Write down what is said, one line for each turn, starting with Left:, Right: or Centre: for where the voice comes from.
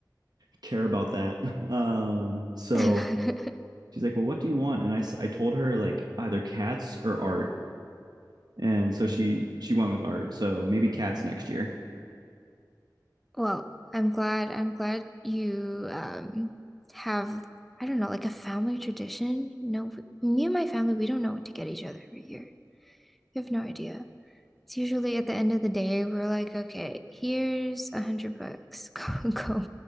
Right: care about that. <laughs> Um, so
Centre: <laughs>
Right: she's like, well, what do you want? And I, I told her like either cats or art. And so she she went with art. So maybe cats next year.
Centre: Well, I'm glad I'm glad you um have I don't know, like a family tradition. No, w- me and my family, we don't know what to get each other every year. You have no idea. It's usually at the end of the day, we're like, okay, here's a hundred bucks. <laughs> Go go